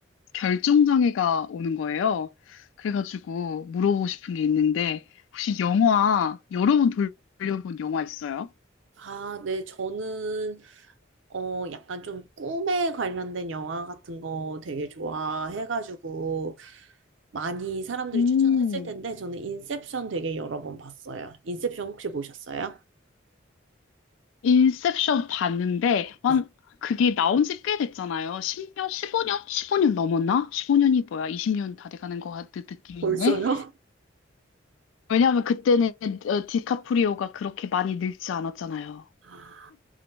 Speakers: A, on the left (about 75°); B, on the right (about 70°).
A: 결정장애가 오는 거예요. 그래가지고 물어보고 싶은 게 있는데 혹시 영화 여러 번 돌려본 영화 있어요?
B: 아, 네, 저는, 어, 약간 좀 꿈에 관련된 영화 같은 거 되게 좋아해가지고, 많이 사람들이
A: 음,
B: 추천했을 텐데, 저는 인셉션 되게 여러 번 봤어요. 인셉션 혹시 보셨어요?
A: 인셉션 봤는데 완
B: 네.
A: 그게 나온 지 꽤 됐잖아요. 10년, 15년? 15년 넘었나? 15년이 뭐야? 20년 다 돼가는 것 같은 느낌인데
B: 벌써요?
A: 왜냐하면 그때는 어, 디카프리오가 그렇게 많이 늙지 않았잖아요.
B: <laughs>